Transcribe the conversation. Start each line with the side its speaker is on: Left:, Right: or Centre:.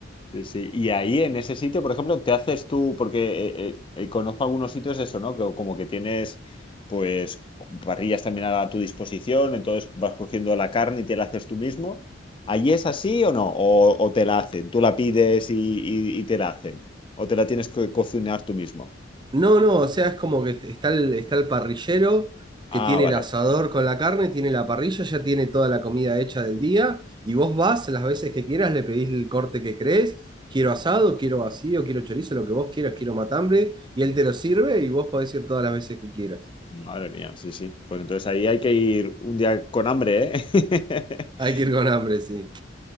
Left: Sí, sí. Y ahí en ese sitio, por ejemplo, te haces tú, porque eh, eh, eh, conozco algunos sitios eso, ¿no? Que como que tienes pues parrillas también a tu disposición, entonces vas cogiendo la carne y te la haces tú mismo. ¿Allí es así o no? ¿O, o te la hacen? ¿Tú la pides y, y- y te la hacen? ¿O te la tienes que cocinar tú mismo?
Right: No, no, o sea, es como que está el, está el parrillero
Left: Ah,
Right: que tiene
Left: vale.
Right: el asador
Left: vale.
Right: con la carne, tiene la parrilla, ya tiene toda la comida hecha del día, y vos vas las veces que quieras, le pedís el corte que crees, quiero asado, quiero vacío, quiero chorizo, lo que vos quieras, quiero matambre, y él te lo sirve y vos podés ir todas las veces que quieras.
Left: Madre mía, sí, sí. Pues entonces ahí hay que ir un día con hambre, ¿eh? <laughs>
Right: Hay que ir con hambre, sí.